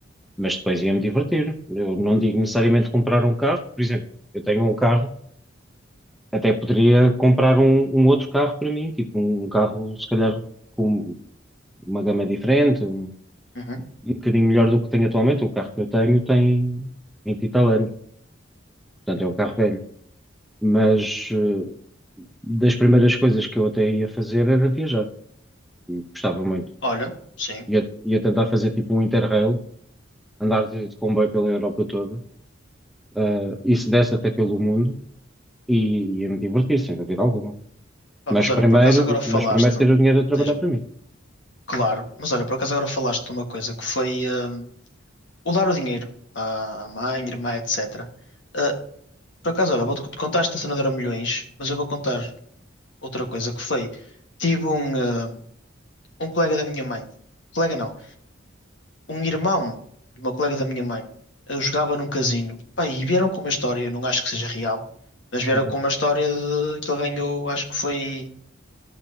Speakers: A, in the centre; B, on the left (about 65°).
A: mas depois ia-me divertir. Eu não digo necessariamente comprar um carro, por exemplo, eu tenho um carro, até poderia comprar um, um outro carro para mim, tipo um um carro, se calhar, com uma gama diferente, um,
B: Uhum.
A: um bocadinho melhor do que tenho atualmente. O carro que eu tenho tem 20 e tal anos, portanto é um carro velho. Mas eh, das primeiras coisas que eu até ia fazer era viajar, e gostava muito.
B: Olha, sim.
A: Ia, ia tentar fazer tipo um Interrail, andar de, de comboio pela Europa toda Uh, e se desse até pelo mundo e ia me divertir, sem dúvida alguma.
B: Pá,
A: Mas
B: mas olha,
A: primeiro,
B: por acaso agora falaste,
A: mas primeiro ter o dinheiro a trabalhar
B: diz-me,
A: para mim.
B: claro, mas olha, por acaso agora falaste de uma coisa que foi. hum, o dar o dinheiro à mãe, irmã, etc. Ah, por acaso, olha, vou-te contar esta cena de Euromilhões, mas eu vou contar outra coisa que foi. Tive um, ah, um colega da minha mãe, colega não, um irmão de uma colega da minha mãe, ah, jogava num casino. Pá, e vieram com uma história, eu não acho que seja real, mas vieram
A: Uhum.
B: com uma história de que ele ganhou, acho que foi